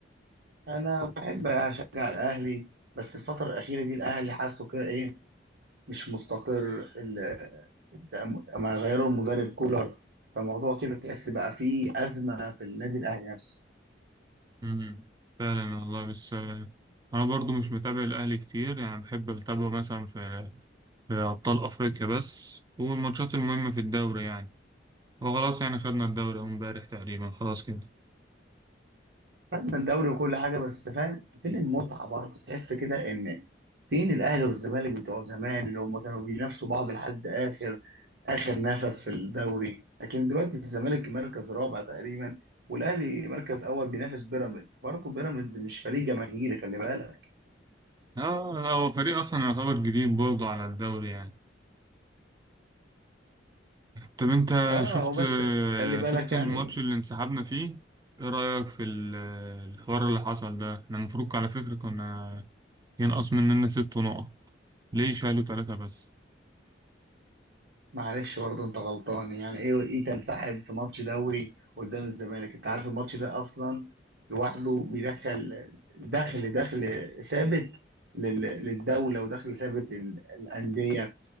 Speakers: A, on the right; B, on the right.
A: انا بحب اشجع الاهلي بس الفتره الاخيره دي الاهلي حاسه كده ايه مش مستقر ال- ما غيروا المدرب كولر فالموضوع كده تحس بقى فيه ازمه في النادي الاهلي نفسه
B: مم. فعلا والله بس آه، انا برضو مش متابع الاهلي كتير يعني بحب اتابعه مثلا في في ابطال افريقيا بس والماتشات المهمه في الدوري يعني وخلاص يعني خدنا الدوري أهو امبارح تقريبا خلاص كده
A: فاهم الدوري وكل حاجه بس فاهم فين المتعه برضه تحس كده ان فين الاهلي والزمالك بتوع زمان اللي هم كانوا بينافسوا بعض لحد اخر اخر نفس في الدوري لكن دلوقتي الزمالك مركز رابع تقريبا والاهلي مركز اول بينافس بيراميدز برضه بيراميدز مش فريق جماهيري خلي بالك
B: اه هو فريق اصلا يعتبر جديد برضه على الدوري يعني طب انت
A: اه
B: شفت
A: هو بس
B: آه،
A: خلي بالك
B: شفت الماتش
A: يعني
B: اللي انسحبنا فيه ايه رايك في ال- الحوار اللي حصل ده احنا المفروض على فكره كنا ينقص مننا ست نقط ليه شالوا ثلاثه بس
A: معلش برضه انت غلطان يعني ايه ايه تنسحب في ماتش دوري قدام الزمالك انت عارف الماتش ده اصلا لوحده بيدخل دخل دخل ثابت لل- للدوله ودخل ثابت للانديه